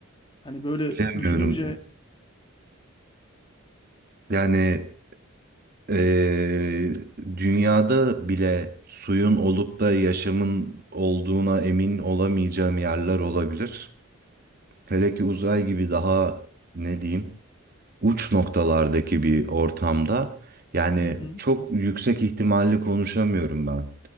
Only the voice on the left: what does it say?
Hani böyle
düşününce
hı hı,